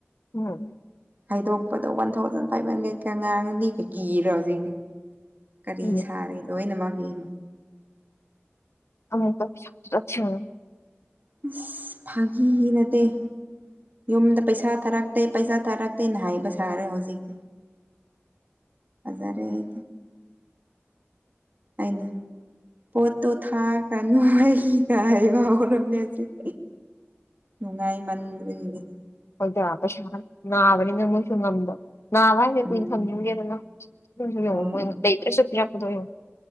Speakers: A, on the left (about 70°); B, on the right (about 40°).
A: <unintelligible>
B: ꯍꯥꯏꯗꯣꯛꯄꯗ ꯋꯥꯟ ꯊꯥꯎꯖꯟ ꯐꯥꯏꯚ ꯍꯟꯗ꯭ꯔꯦ ꯀꯥꯅꯒꯤ ꯃꯤꯕꯨ ꯀꯤꯔꯤꯔ ꯍꯧꯖꯤꯛꯇꯤ ꯀꯔꯤ
A: ꯎꯝ
B: ꯁꯥꯔꯦ ꯂꯣꯏꯅꯃꯥꯒꯤ
A: ꯑꯃꯨꯕ ꯄꯤꯁꯛ ꯄꯤꯁꯛ ꯁꯤꯡ
B: ꯏꯁ ꯐꯥꯒꯤ ꯅꯠꯇꯦ ꯌꯨꯝꯗ ꯄꯩꯁꯥ ꯊꯥꯔꯛꯇꯦ ꯄꯩꯁꯥ ꯊꯥꯔꯛꯇꯦꯅ ꯍꯥꯏꯕ ꯁꯥꯔ ꯍꯧꯖꯤꯛꯇꯤ ꯐꯖꯔꯦ ꯑꯩꯗꯤ ꯑꯩꯅ ꯄꯣꯠꯇꯣ ꯊꯥꯈ꯭ꯔꯅꯨ ꯑꯩꯒ ꯍꯩꯕ ꯍꯧꯔꯝꯅꯦ ꯍꯧꯖꯤꯛ ꯅꯨꯡꯉꯥꯏꯃꯟꯗꯕꯒꯤ
A: ꯍꯣꯏꯗꯥ ꯀꯩꯁꯨ ꯍꯥꯏ ꯅꯥꯕꯅꯤꯅ ꯃꯣꯏꯁꯨ ꯉꯝꯕ ꯅꯥꯕ ꯍꯥꯏꯁꯦ
B: ꯎꯝ
A: ꯀꯨꯏꯅ ꯊꯝꯅꯤꯡꯗꯦꯗꯅ ꯑꯗꯨꯏꯁꯨ ꯌꯦꯡꯉꯨ
B: ꯍꯣꯏ
A: ꯃꯣꯏꯅ ꯂꯩꯗ꯭ꯔꯁꯨ ꯄꯤꯔꯛꯄꯗꯣ ꯌꯦꯡꯉꯨ